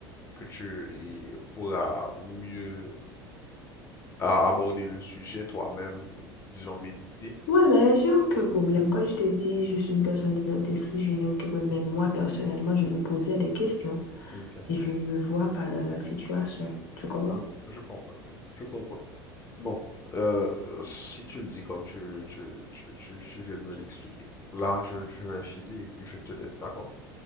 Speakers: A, on the left (about 20°); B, on the left (about 65°).
A: que tu y pourras mieux a- aborder le sujet toi-même, disons méditer.
B: Ouais, mais j'ai aucun problème. Comme je t'ai dit, je suis une personne ouverte d'esprit, je n'ai aucun problème. Mais moi, personnellement, je me posais des questions
A: Ok.
B: et je ne me vois pas dans la situation. Tu comprends?
A: Ah, je comprends, je comprends. Bon, euh, si tu le dis comme tu, tu, tu, tu, tu viens de me l'expliquer, là, je, je vais filer et puis je te laisse, d'accord?